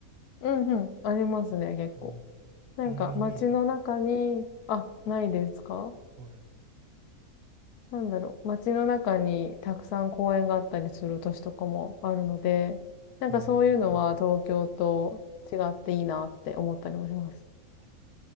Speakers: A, on the left; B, on the right.
A: うんうん。ありますね、結構。
B: ね、
A: なんか街の中に、
B: あんまイメージなかっ
A: あ、ないですか
B: た。はい。
A: なんだろう。街の中にたくさん公園があったりする都市とかもあるので、なんかそういうのは東京と違っていいなって思ったりもします。
B: えー、うんうんあ、